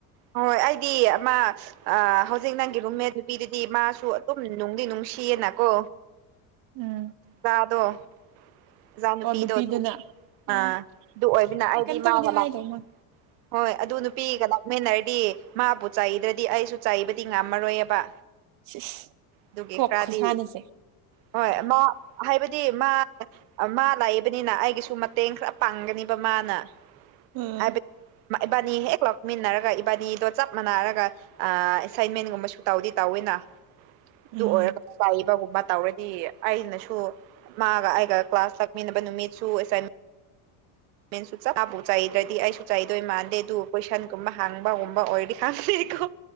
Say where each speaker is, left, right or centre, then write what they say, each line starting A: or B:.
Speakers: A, on the right; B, on the right.
A: ꯍꯣꯏ ꯑꯩꯗꯤ ꯑꯃ ꯑ ꯍꯧꯖꯤꯛ ꯅꯪꯒꯤ ꯔꯨꯝꯃꯦꯠ ꯅꯨꯄꯤꯗꯨꯗꯤ ꯃꯥꯁꯨ ꯑꯗꯨꯝ ꯅꯨꯡꯗꯤ ꯅꯨꯡꯁꯤꯌꯦꯅꯀꯣ
B: ꯎꯝ
A: ꯆꯥꯗꯣ ꯖꯥ ꯅꯨꯄꯤꯗꯣ
B: ꯑꯣ ꯅꯨꯄꯤꯗꯨꯅ
A: ꯑꯗꯨ
B: ꯑꯣ
A: ꯑꯥ ꯑꯗꯨ ꯑꯣꯏꯕꯅ
B: ꯑꯩ
A: ꯑꯩꯗꯤ
B: ꯀꯩꯝꯇꯕꯨꯗꯤ
A: ꯃꯥꯒ ꯃꯥꯛ
B: ꯍꯥꯏꯗꯧ ꯃꯥꯟ
A: ꯍꯣꯏ ꯑꯗꯨ ꯅꯨꯄꯤ ꯀꯅꯥ ꯃꯦꯟꯅꯔꯗꯤ ꯃꯥꯕꯨ ꯆꯥꯏꯗ꯭ꯔꯗꯤ ꯑꯩꯁꯨ ꯆꯥꯏꯕꯗꯤ ꯉꯝꯃꯔꯣꯏꯑꯕ
B: ꯁꯤꯁ
A: ꯑꯗꯨꯒꯤ
B: ꯀꯣꯛ
A: ꯈꯔꯗꯤ
B: ꯈꯨꯁꯥꯟꯅꯁꯦ
A: ꯍꯣꯏ ꯃꯥ ꯍꯥꯏꯕꯗꯤ ꯃꯥ ꯑꯥ ꯃꯥ ꯂꯥꯛꯏꯕꯅꯤꯅ ꯑꯩꯒꯤꯁꯨ ꯃꯇꯦꯡ ꯈꯔ ꯄꯥꯡꯒꯅꯤꯕ ꯃꯥꯅ
B: ꯎꯝ
A: ꯍꯥꯏꯕꯗ ꯃꯥ ꯏꯕꯥꯅꯤ ꯍꯦꯛ ꯂꯧꯛꯃꯤꯟꯅꯔꯒ ꯏꯕꯥꯅꯤꯗꯣ ꯆꯞ ꯃꯥꯟꯅꯔꯒ ꯑꯥ ꯑꯦꯁꯥꯏꯟꯃꯦꯟꯒꯨꯝꯕꯁꯨ ꯇꯧꯗꯤ ꯇꯧꯋꯤꯅ ꯑꯗꯨ
B: ꯎꯝ
A: ꯑꯣꯏꯔꯒ ꯄꯥꯏꯕꯒꯨꯝꯕ ꯇꯧꯔꯗꯤ ꯑꯩꯅꯁꯨ ꯃꯥꯒ ꯑꯩꯒ ꯀ꯭ꯂꯥꯁ ꯂꯥꯥꯛꯃꯤꯟꯅꯕ ꯅꯨꯃꯤꯠꯁꯨ ꯑꯁꯥꯏꯟ ꯃꯦꯟꯁꯨ ꯆꯞ ꯃꯥꯕꯨ ꯆꯩꯗ꯭ꯔꯗꯤ ꯑꯩꯁꯨ ꯆꯥꯏꯗꯣꯏ ꯃꯥꯟꯗꯦ ꯑꯗꯨ ꯀꯣꯏꯁꯟꯒꯨꯝꯕ ꯍꯥꯡꯕꯒꯨꯝꯕ ꯑꯣꯏꯔꯗꯤ ꯍꯥꯡꯗꯦꯀꯣ